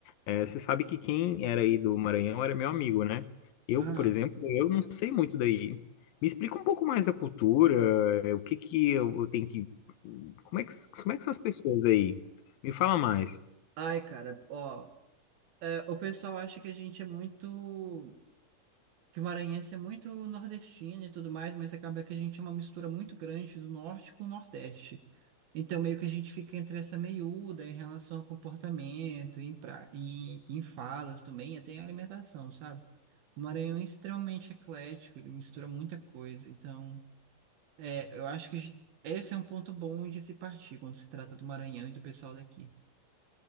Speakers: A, on the left (about 75°); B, on the right (about 80°).
A: eh, você sabe que quem era aí do Maranhão era meu amigo, né? Eu,
B: Ah,
A: por exemplo, eu não sei muito daí. Me explica um pouco mais da cultura, eh, o que que eu eu tenho que... Como é que, como é que são as pessoas aí? Me fala mais.
B: Ai, cara, ó, é, o pessoal acha que a gente é muito, que o maranhense é muito nordestino e tudo mais, mas acaba que a gente é uma mistura muito grande do norte com o nordeste. Então, meio que a gente fica entre essa meiúda em relação ao comportamento, em, pra, em, em falas também, até em alimentação, sabe? O Maranhão é extremamente eclético, ele mistura muita coisa. Então, é, eu acho que esse é um ponto bom de se partir quando se trata do Maranhão e do pessoal daqui.